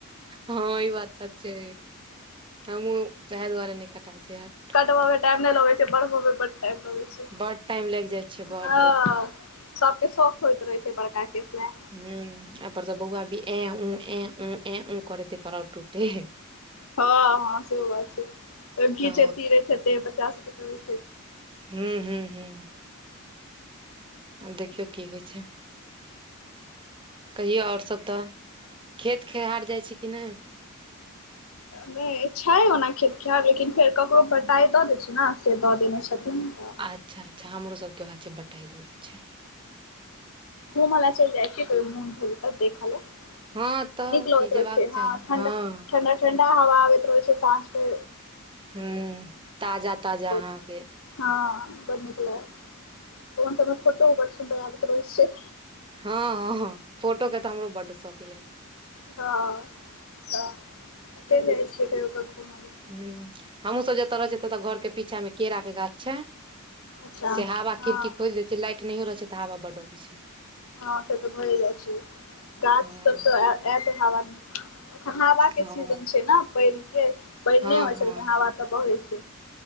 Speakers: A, on the right; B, on the left.
A: हँ ई बात तऽ छै हमहूँ वएह दुआरे नइ कटाबै छि हट
B: कटबै मे टाइम नइ लगै छै बढ़ब में बड टाइम लगै छै।
A: बड टाइम लागि जाइ छै बड
B: हॅं सबके शौख होइत रहै छै बड़का केस लय
A: हूॅं एहिपर स बौआ भी ए ऊ ए ऊ ए ऊ करै तैं पर और टूटै हय
B: हं हं सेहो बात छै घीचैत
A: हँ
B: तीरैत हेतै बच्चा सबके त
A: हू हू हू आब देखियौ की होइ छै। कहियौ आओर सब तऽ खेत खेहार जाइ छी कि नइ
B: नइ छै ओना खेत खेहार लेकिन फेर ककरो बटाइ दऽ दै छै ने से दऽ देने छथिन तऽ
A: अच्छा अच्छा हमरो सबके वएह छै बटाइ दऽ दै छै।
B: घुम लय चइल जाइ छियै कहियो मुन भेल त देख लय
A: हँ तऽ
B: नीक लगैत
A: की जेबाक
B: रहइ छै हँ
A: चाही
B: ठण्डा
A: हँ
B: ठण्डा ठंडा हवा आबैत रहै छै साँझ के
A: हूँ ताजा ताजा अहाँके
B: छै हँ बड नीक लग बौआ सबके फोटोओ बड़ सुन्दर आबैत रहै छै।
A: हँ हँ हँ फोटो के तऽ हमरो बड शौख यऽ
B: हॅं तऽ चइल जाइ छियै कहियो क घूम लय
A: हूॅं हमहूँसब जतऽ रहै छियै तऽ घरके पीछा मे केरा के गाछ छै।
B: अच्छा
A: से हावा
B: हँ
A: खिड़की खोलि दै छियै लाइट नहियो रहै छै तऽ हवा बड अबै छै।
B: हँ से तऽ भए जाय छै गाछ
A: हँ
B: सब स ए-एत हावा एखन हवाके
A: हँ
B: सीजन छै न पइनके पइन
A: हँ
B: नइ होइ
A: हँ
B: छै लेकिन हवा तऽ बहै छै